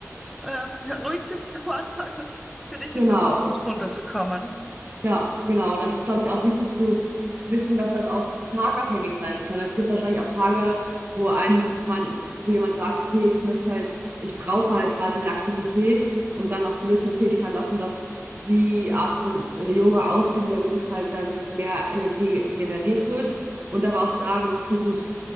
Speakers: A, in the centre; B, on the right.
A: Ähm, ruhig sitzt am Anfang und für dich
B: genau.
A: ist es gut, runterzukommen.
B: Ja, genau. Das ist, glaube ich, auch wichtig zu wissen, dass das auch tagabhängig sein kann. Also Es gibt wahrscheinlich auch Tage, wo ein, wo man, wo jemand sagt, okay, ich möchte halt, ich brauche halt gerade mehr Aktivität und dann auch zu wissen, okay, ich kann das und das, die Art von äh, Yoga ausüben, damit es halt damit mehr Energie generiert wird. Und aber auch sagen, okay, gut,